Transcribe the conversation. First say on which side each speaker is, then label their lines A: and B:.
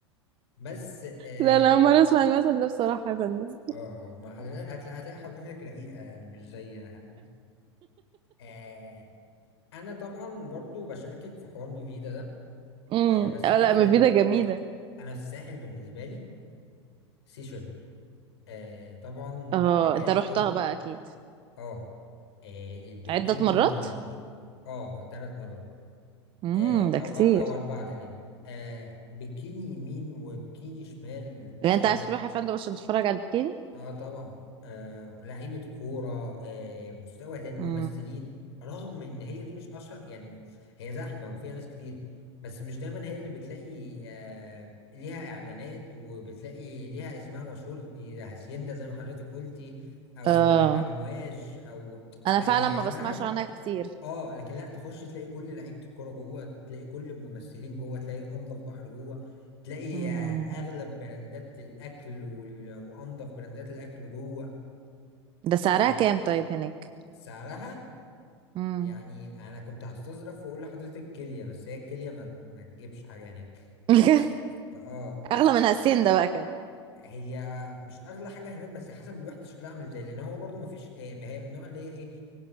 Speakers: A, on the left; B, on the right.
A: بس آه
B: لا أنا أول مرة أسمع المثل ده بصراحة يا فندم
A: آه آه، ما حضرتك هتلاقي هتلاقي حضرتك رقيقة يعني مش زيها آه، انا طبعا برضو بشاركك في حوار ميفيدا ده
B: امم
A: آه بس
B: اه
A: انا
B: لا
A: في
B: مفيدة جميلة
A: انا الساحل بالنسبه لي سيشل آه طبعا
B: اه
A: مكان
B: انت رحتها
A: هو
B: بقى اكيد
A: اه, آه البكيني
B: عدة مرات
A: اه ثلاث مرات
B: امم
A: آه
B: ده
A: او
B: كتير
A: آه او اربعه تقريبا آه بكيني يمين وبكيني شمال
B: يعني
A: آه
B: انت عايز تروح يا فندم عشان تتفرج على البكيني
A: اه طبعا آه لعيبة كورة آه مستوى تاني
B: امم
A: ممثلين رغم ان هي دي مش اشهر يعني ما- هي زحمة وفيها ناس كتير بس مش دايما هي اللي بتلاقي آه ليها اعلانات وبتلاقي ليها اسمها مشهور دي هاسيندا زي ما حضرتك قلتي او
B: اه
A: آه امواج او
B: انا
A: لا
B: فعلا
A: هي
B: ما
A: اسمها
B: بسمعش عنها كتير
A: اه لكن لا تخش تلاقي كل لعيبه الكوره جوه تلاقي كل الممثلين جوه تلاقي انظف بحر جوه تلاقي
B: امم
A: آه، اغلب براندات الاكل وال... وانظف براندات الاكل جوه
B: ده سعرها
A: ف
B: كام طيب هناك
A: سعرها
B: امم
A: يعني انا كنت هستظرف واقول لحضرتك كيليا بس هي الكيليا ما, ما تجيبش حاجه هناك
B: <laughs>
A: فاه
B: اغلى من هالسين ده بقى كده
A: هي مش اغلى حاجه هناك بس حسب الوحده شكلها عامل ازاي لان هو برضو ما فيش آه، ما هي من النوع اللي هي ايه